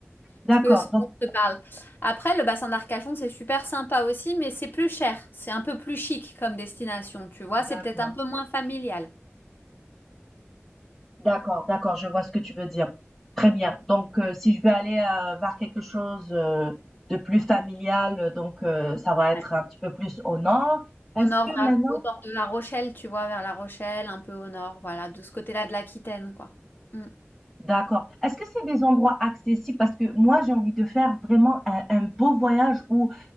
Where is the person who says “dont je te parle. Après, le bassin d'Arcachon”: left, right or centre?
Left